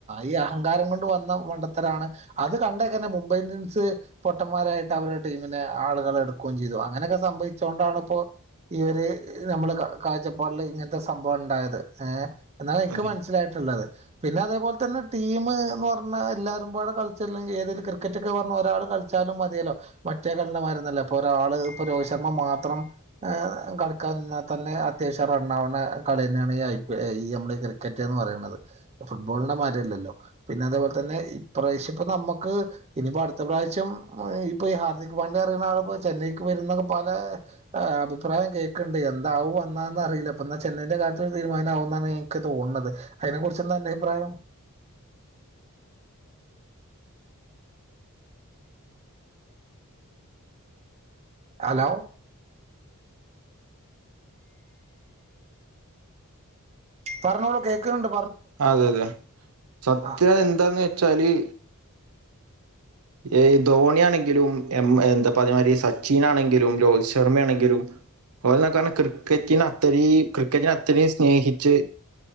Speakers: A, on the right; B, on the right.
A: ഈ അഹങ്കാരംങ്കോണ്ട് വന്ന മണ്ടത്തരാണ് അത് കൺ ണ്ടെക്കന്നെ മുംബൈന്ത്യൻസ് പൊട്ടന്മാരായിട്ടവരെ ടീമിനെ ആളുകളെടുക്കൂ ചെയ്തു... അങ്ങനൊക്കെസംഭയ്ച്ചോ ണ്ടാണിപ്പോ ഇവര് നമ്മള്... ക... കായ്ചപ്പാടില് ഇങ്ങൻത്തെ സംഭവണ്ടായത്.. ങേ... എന്നാണെനിക്ക്
B: അതെ
A: മൻസ്സിലായ്ട്ട്ള്ളത്. പിന്നെ അതേപോൽതന്നെ ടീമ് ന്ന്- പർഞ്ഞാ എല്ലാരും പാടെ കൾച്ചല്ലങ്കി ഏതേൽ- ക്രിക്കറ്റൊക്കെ പർഞ്ഞ ഒരാള് കൾച്ചാലും മാത്യേലോ, മറ്റേ കൾന്റെമാര്യോന്നുഅല്ല ഇപ്പോ രാള്, പ്പോ രോഹിശർമ്മ മാത്രം- ഹ് കളിക്കാനിന്നാതന്നെ- അത്യാവശ്യം റണ്ണാവണ കളിയന്നേണീ ഈ ഐ. പി ഈ അമ്മളീ <unintelligible> ക്കറ്റ്ന്ന് പറേണത്. ഫുട്ബോൾനെ മാര്യല്ലല്ലോ പിന്നെ അതേപോൽതന്നെ ഇപ്രാവശ്യപ്പ നമ്മക്ക ക്ക് ഇനിപ്പട്ത്ത പ്രാവശ്യം ഇപ്പഈ ഹാർദിക് പാണ്ഡ്യന്നറീണേ- ആളിപ്പോ ചെന്നൈക്ക് വരുന്നൊക്കെ പലേ- അഭിപ്രായം കേക്ക്ണ്ട് എന്താവോ, എന്നാന്നറീല്ല പ്പന്ന ചെന്നൈന്റെ- കാര്യത്തിലൊരു തീര്മാനാവുന്നാണ് നിക്ക് - തോൺണത് അയ്നെ കുർച്ച് ന്താ അന്റെ അയ്പ്രായം? ഹലോ... പർഞ്ഞോളൂ കേക്കണുണ്ട്...
B: അതെതെ.. സത്യ
A: ആ
B: എന്താനെച്ചാല്
A: <inaudible>
B: ഏയ് ധോണ്യാണെങ്കിലും, എ.. ന്താപ്പതെമായ്രി സച്ചിനാണെങ്കിലും, രോഹിത് ശർമ്മണെങ്കിലും- ഓൽ ന്നൊക്കെ പർഞ്ഞ ക്രിക്കറ്റിനത്തരീം ക്രിക്കറ്റിനത്തരീമം സ്നേഹിച്ച്.